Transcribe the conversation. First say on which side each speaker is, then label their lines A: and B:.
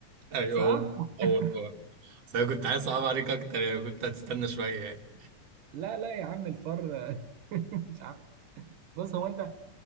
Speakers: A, on the right (about 55°); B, on the right (about 85°).
A: ايوه
B: صح؟
A: هو
B: <laughs>
A: هو هو بس انا كنت عايز اصعب عليك اكتر يعني كنت هتستنى شويه يعني
B: لا لا يا عم الفار آه، <laughs> مش عارف بص هو أنت